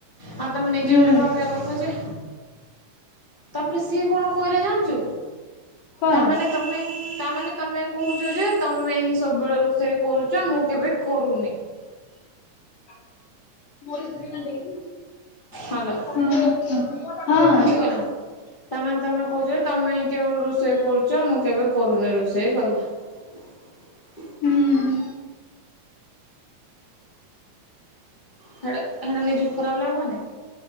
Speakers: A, on the left; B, on the left.
A: ଆଉ ତମେ ନିଜେ
B: ହୁଁ
A: ଗୋଟେ ଭାବିବା କଥା ଯେ ତାପରେ ସିଏ କଣ କହିଲା ଜାଣିଚୁ?
B: କଣ?
A: ତାମାନେ ତମେ <inaudible> ତାମାନେେ ତମେ କହଚ ଯେ, ତମେ ହିଁ ସବୁବେଳେ ରୋଷେଇ କରୁଚ ମୁଁ କେବେ କରୁନି କ
B: <inaudible> ହଁ
A: ହାଲୋ
B: ହଁ ହଁ।
A: କେମିତି କଲ? ତାମାନେ ତମେ କହଚ ଯେ, ତମେ ହିଁ କେବଳ ରୋଷେଇ କରୁଛ ମୁଁ କେବେ କରୁନି ରୋଷେଇ ଏହିକ
B: ହୁଁ ।
A: ସେଟା ସେଟା ନିଜକୁ ଖରାପ ଲାଗବନାଇ